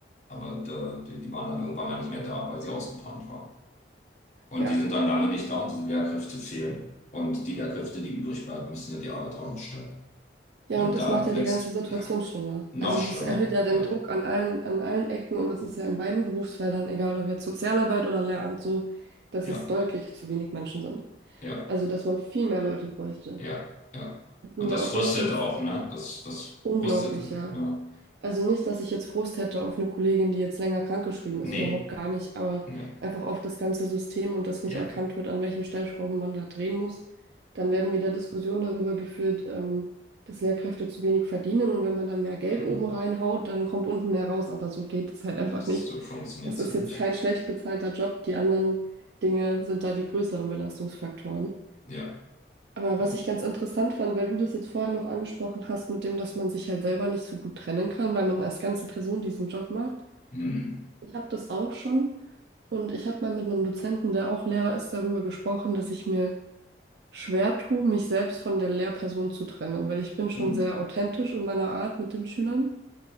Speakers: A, on the left; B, on the right.
A: aber da, die, die waren dann irgendwann mal nicht mehr da, weil sie ausgebrannt waren. Und
B: Ja.
A: die sind dann lange nicht da und diese Lehrkräfte fehlen. Und die Lehrkräfte, die übrig bleiben, müssen ja die Arbeit auch noch stemmen.
B: Ja,
A: Und
B: und das
A: da
B: macht ja
A: wächst,
B: die ganze Situation
A: ja,
B: schlimmer.
A: noch
B: Also
A: schlimmer.
B: das erhöht ja den
A: Ja,
B: Druck an allen, an allen Ecken und das ist ja in beiden Berufsfeldern, egal ob jetzt Sozialarbeit oder Lehramt, so, dass
A: ja,
B: es deutlich zu wenig Menschen sind.
A: ja,
B: Also dass man viel mehr Leute bräuchte.
A: ja, ja.
B: Hatten
A: Und
B: wir
A: das
B: auch
A: frustet
B: letztens
A: auch, ne? Das, das
B: unglaubliche
A: frustet, ja.
B: also nicht, dass ich jetzt Frust hätte auf eine Kollegin, die jetzt länger krankgeschrieben
A: Nee,
B: ist, überhaupt gar nicht, aber
A: nee,
B: einfach auf das ganze System und dass nicht
A: ja.
B: erkannt wird, an welchen Stellschrauben man da drehen muss. Dann werden wieder Diskussionen darüber geführt, ähm, dass Lehrkräfte zu wenig verdienen und wenn man dann mehr Geld
A: Hm.
B: oben reinhaut, dann kommt unten mehr raus, aber so geht es halt einfach
A: Das
B: nicht.
A: so funktioniert
B: Es ist
A: ja nicht.
B: jetzt kein schlecht bezahlter Job, die anderen Dinge sind da die größeren Belastungsfaktoren.
A: Ja,
B: Aber
A: und
B: was ich ganz interessant fand, weil du das jetzt vorhin noch angesprochen hast, mit dem, dass man sich halt selber nicht so gut trennen kann, weil man als ganze Person diesen Job macht.
A: hm,
B: Ich habe das auch schon und ich habe mal mit einem Dozenten, der auch Lehrer ist, darüber gesprochen, dass ich mir schwer tue, mich selbst von der Lehrperson zu trennen, weil ich bin schon
A: hm,
B: sehr authentisch in meiner Art mit den Schülern.